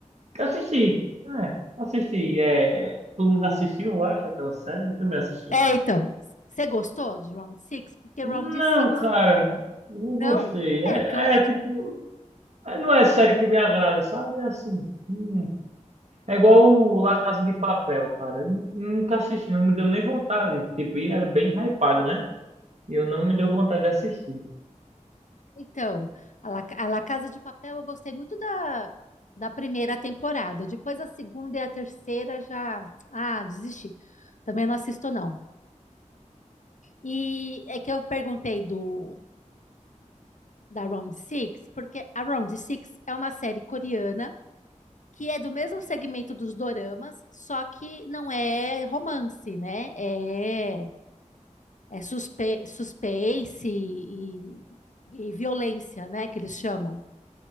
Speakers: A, on the right; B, on the left.
A: Assisti, é, assisti. É, todo mundo assistiu, eu acho, aquela série, eu também assisti.
B: É, então. Você gostou de Round Six? Porque
A: Não,
B: Round Six
A: cara, não
B: não.
A: gostei.
B: É,
A: É,
B: porque é um- é
A: é tipo, É, Não é série que me agrada, sabe? É Assim, hum. É igual o La Casa de Papel, cara. Eu nu- nunca assisti, não me deu nem vontade. Tipo, e era bem hypado, né? E eu não me deu vontade de assistir.
B: então, a La, a La Casa de Papel eu gostei muito da, da primeira temporada. Depois a segunda e a terceira já, ah, desisti. Também não assisto não. E é que eu perguntei do da Round Six porque a Round Six é uma série coreana que é do mesmo segmento dos doramas, só que não é romance, né? É é, suspe suspense e, e violência, né, que eles chamam.